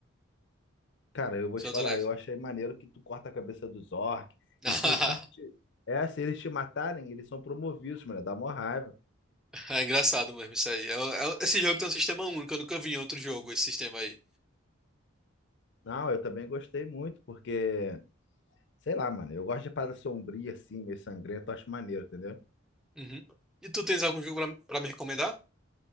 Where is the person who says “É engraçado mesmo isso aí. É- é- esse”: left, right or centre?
Centre